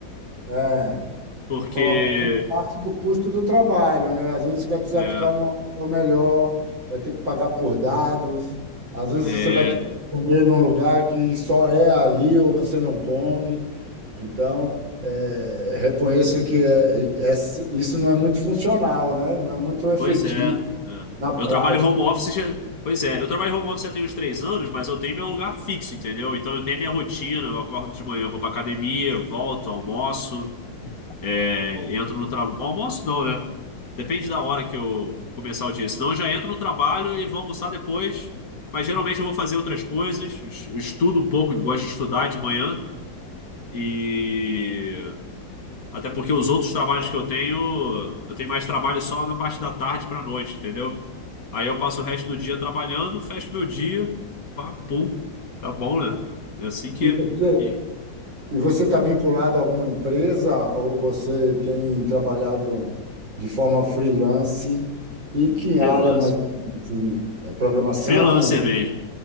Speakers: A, on the right (about 85°); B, on the left (about 50°).
A: É.
B: Porque
A: Colocar como parte do custo do trabalho, né? Às vezes você vai precisar
B: é,
A: ficar num hotel melhor, vai ter que pagar por dados, às vezes
B: é,
A: você vai ter que comer num lugar que só é ali ou você não come. Então, é, reconheço que é, é- é, isso não é muito funcional, né? Não é muito efetivo
B: Pois é, é.
A: na
B: Eu
A: prática.
B: trabalho home office já. Pois é, eu trabalho home office já tem uns três anos, mas eu tenho meu lugar fixo, entendeu? Então eu tenho minha rotina, eu acordo de manhã, eu vou pra academia, volto, almoço, é, entro no trabalho. Almoço não, né? Depende da hora que eu começar o dia. Senão eu já entro no trabalho e vou almoçar depois. Mas geralmente eu vou fazer outras coisas, es- estudo um pouco, eu gosto de estudar de manhã. E até porque os outros trabalhos que eu tenho, eu tenho mais trabalho só na parte da tarde pra noite, entendeu? Aí eu passo o resto do dia trabalhando, fecho meu dia, pá, pum, tá bom, né? É assim que.
A: E você
B: E
A: E você está vinculado a alguma empresa ou você tem trabalhado de forma freelance? E que área
B: freelancer.
A: mais ou menos, assim, é programação?
B: Freelancer
A: né?
B: mesmo.